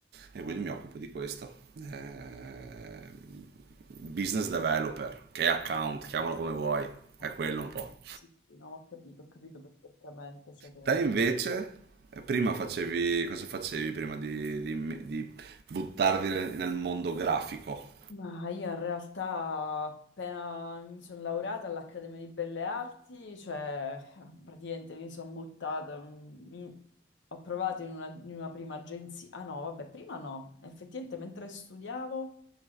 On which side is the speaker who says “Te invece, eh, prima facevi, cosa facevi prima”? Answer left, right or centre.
Right